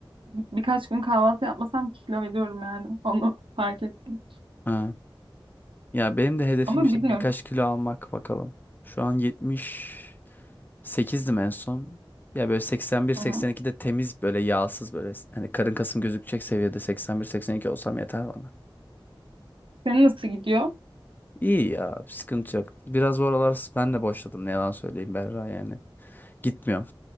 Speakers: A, on the right; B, on the left.
A: Bir- birkaç gün kahvaltı yapmasam kilo veriyorum yani. <laughs> Onu fark ettim.
B: Ha. Ya benim de hedefim
A: Ama
B: işte
A: bilmiyorum.
B: birkaç kilo almak bakalım. Şu an 78'dim en son. Ya böyle 81-82'de
A: Hı hı.
B: temiz böyle yağsız böyle hani karın kasım gözükecek seviyede seksen bir seksen iki olsam yeter bana.
A: Senin nasıl gidiyor?
B: İyi ya sıkıntı yok. Biraz bu aralar ben de boşladım ne yalan söyleyeyim Berra yani. Gitmiyor.